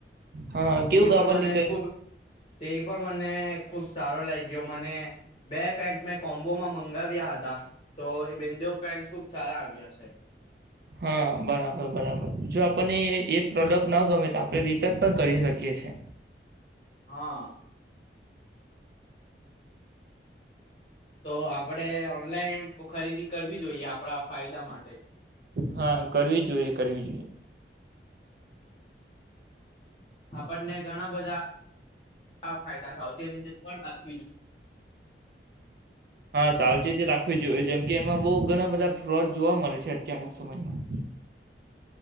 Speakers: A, on the right; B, on the left.
A: હા કેવું
B: તે
A: કાપડ
B: પણ મને
A: નીકળે
B: ખુબ તે પણ મને ખુબ સારો લાય જો મને બે પેન્ટ કોમ્બોમાં મંગાવ્યા હતા. તો એ બેદો ઓ પેન્ટ ખુબ સારા આવ્યા છે.
A: હા બરાબર બરાબર. જો આપણને એ પ્રોડક્ટ ન ગમે તો આપણે રીટ રિટર્ન પણ કરી શકીએ છીએ.
B: હા તો આપડે ઓનલાઈન ખરીદી કરવી જોઈએ આપણા ફાયદા માટે
A: હા કરવી જોઈએ કરવી જોઈએ.
B: આપણને ઘણા બધા ફાયદા થાવ તેની જે પણ <unintelligible>
A: હા સાવચેતી રાખવી જોઈએ જેમ કે એમાં બઉ ઘણા બધા ફ્રોજ જોવા મળે છે અત્યારના સમયમાં